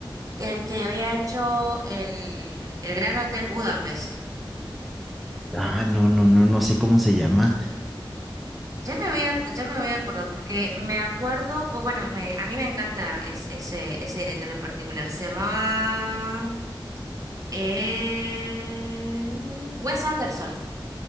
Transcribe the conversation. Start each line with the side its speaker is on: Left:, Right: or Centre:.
Right: el que había hecho el, el Gran Hotel Budapest.
Centre: Ah, no, no, no, no sé cómo se llama.
Right: Ya me voy a, ya me voy a acordar, porque me acuerdo, pues bueno, me, a mí me encanta es- ese, ese director en particular. Se llamaba eh, Wes Anderson.